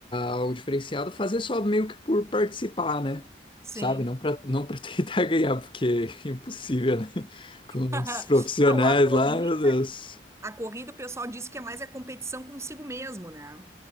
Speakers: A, on the left; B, on the right.
A: algo diferenciado, fazer só meio que por participar, né?
B: Sim.
A: Sabe? Não pra, não pra <laughs> tentar ganhar, porque é impossível, né? <laughs> Com
B: <laughs>
A: os profissionais
B: Não, a corrida,
A: lá, meu Deus.
B: a corrida o pessoal diz que é mais a competição consigo mesmo, né?